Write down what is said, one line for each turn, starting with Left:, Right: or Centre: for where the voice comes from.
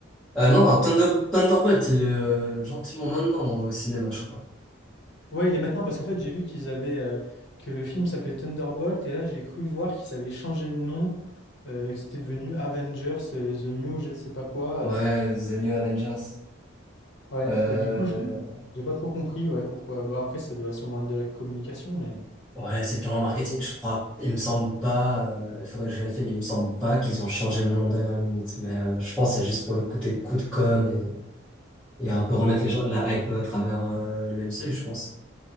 Centre: Euh, non, alors, Thunder- Thunderbolt, il est euh, gentiment maintenant au cinéma, je crois.
Left: Ouais, il est maintenant parce qu'en fait, j'ai vu qu'ils avaient euh, que le film s'appelait Thunderbolt et là, j'ai cru voir qu'ils avaient changé de nom, euh, et que c'était devenu Avengers euh, The New, je ne sais pas quoi.
Centre: Ouais,
Left: euh.
Centre: The New Avengers.
Left: Ouais,
Centre: Euh,
Left: et du coup, j'ai j'ai pas trop compris, ouais, pourquoi. Bah, après, ça doit sûrement être de la communication, mais.
Centre: ouais, c'est purement marketing, je crois. Il me semble pas, euh, il faudrait que je vérifie, mais il me semble pas qu'ils ont changé le nom en dernière minute. Mais euh, je pense que c'est juste pour le côté coup de com et, et un peu remettre les gens, la hype à travers euh, le MCU, je pense.